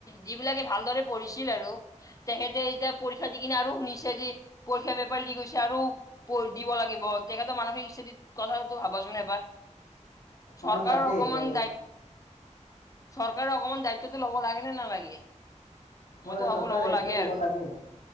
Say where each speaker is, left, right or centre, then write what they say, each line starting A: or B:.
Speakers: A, on the left; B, on the left.
A: যিবিলাকে ভালদৰে পঢ়িছিল আৰু তেখেতে এতিয়া পৰীক্ষা দি কিনে আৰু শুনিছে যে। পৰীক্ষাৰ পেপাৰ লিক হৈছে আৰু দিব লাগিব তেখেতৰ মানসিক স্থিতিত কথা, ভাবাচোন এবাৰ চৰকাৰৰ
B: অঁ তাকে
A: অকমান
B: এতিয়া
A: দায়িত্ব - চৰকাৰে অকমান দায়িত্বটো ল'ব লাগে নে নালাগে?
B: হয়
A: মইতো ভাবো
B: চৰকাৰী দায়িত্ব ল'ব
A: আৰু
B: লাগে।